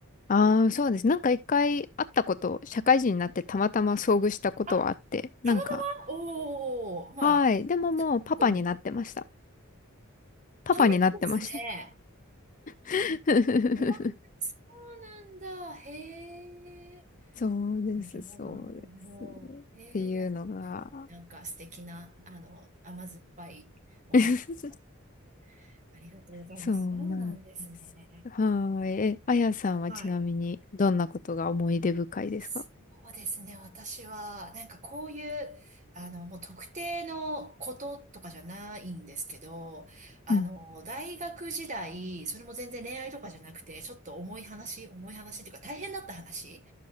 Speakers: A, on the left (about 40°); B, on the right (about 35°).
A: ああ、そうです。なんか一回会ったこと、社会人になってたまたま遭遇したことはあって、
B: あたまたまおー、
A: なんか、
B: まあ、
A: はい。でももうパパになってました。
B: こうも、
A: パパになってました。
B: 早いですね。
A: <laughs>
B: いやいや、そうなんだ。へえ。
A: そうです、
B: なるほど、
A: そうです。
B: なるほど。
A: っ
B: へえ、
A: ていうのが、
B: やる。なんか素敵な、あの、甘酸っぱいお話を
A: <laughs>
B: ありがとうございます。
A: そうなんです。
B: そうなんですね。
A: はーい。え、あやさんはちなみにどんなことが思い出深いですか
B: はい。そうですね。私は、なんかこういう、あの、もう特定のこととかじゃないんですけど、あの、
A: うん、
B: 大学時代、それも全然恋愛とかじゃなくて、ちょっと重い話、重い話っていうか大変だった話